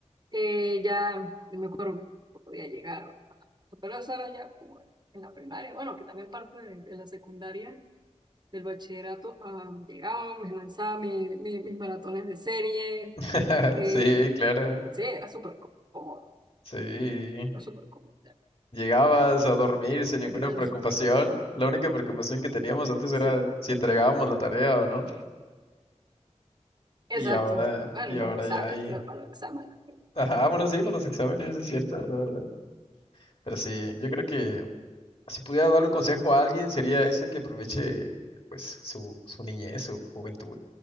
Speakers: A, on the right (about 35°); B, on the left (about 50°).
A: Eh, ya, yo me acuerdo que podía llegar, pero eso era ya como en la primaria, bueno, que también parte de, de la secundaria, del bachillerato, ah, llegaba, me lanzaba mi- mi- mis maratones de serie.
B: <laughs>
A: Eh,
B: Sí, claro,
A: sí, era súper cómodo,
B: sí.
A: era súper cómodo.
B: Llegabas a dormir sin
A: Y
B: ninguna
A: ahorita
B: preocupación.
A: no se puede hacer.
B: La única preocupación que teníamos antes era
A: Sí,
B: si entregábamos la tarea o no.
A: exacto.
B: Y ahora,
A: Bueno,
B: y ahora
A: los exámenes,
B: ya hay.
A: estudiar para los exámenes. pero-
B: Ajá, bueno, sí, para los exámenes, es cierto, la verdad. Pero sí, yo creo que si pudiera darle un consejo a alguien, sería ese que aproveche pues su, su niñez, su juventud,